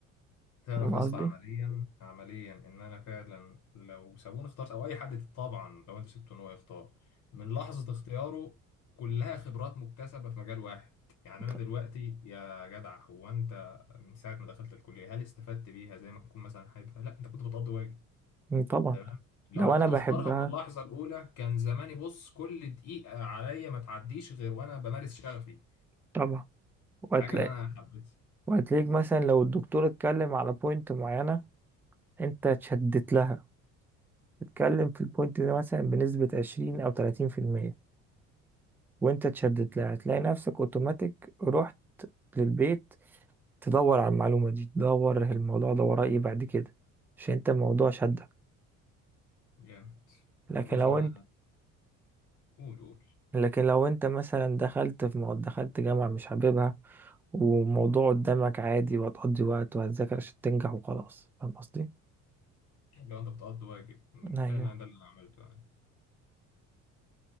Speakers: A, on the left; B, in the centre.
A: تعرف
B: فاهم
A: يا
B: قصدي
A: اسطى عمليا عمليا ان انا فعلا لو سابوني اخترت او اي حد طبعا لو انت سبته ان هو يختار من لحظه اختياره كلها خبرات مكتسبه في مجال واحد يعني انا
B: ط-
A: دلوقتي يا جدع هو انت من ساعه ما دخلت الكليه هل استفدت بيها زي ما تكون مثلا حاببها لا انت كنت بتقضي واجب
B: طبعا
A: تمام لو
B: لو
A: انا كنت
B: انا بحبها
A: مختارها من اللحظه الاولى كان زماني بص كل دقيقه عليا ما تعديش غير وانا بمارس شغفي
B: طبعا وهتلاقي
A: الحاجه اللي انا حبيتها
B: وهتلاقيك مثلا لو الدكتور اتكلم على بوينت معينة انت اتشدت لها تتكلم في البوينت ده مثلا بنسبة عشرين أو تلاتين في المية وأنت اتشدت لها هتلاقي نفسك أوتوماتيك رحت للبيت تدور على المعلومة دي تدور الموضوع ده وراه إيه بعد كده عشان أنت الموضوع شدك
A: جامد
B: لكن
A: يا باشا
B: لو
A: انا
B: أنت
A: قول قول
B: لكن لو أنت مثلا دخلت في مو... دخلت جامعة مش حاببها وموضوع قدامك عادي وهتقضي وقت وهتذاكر عشان تنجح وخلاص فاهم قصدي؟
A: لو انت بتقضي واجب أمم،
B: أيوه
A: فعلا ده اللي انا عملته يعني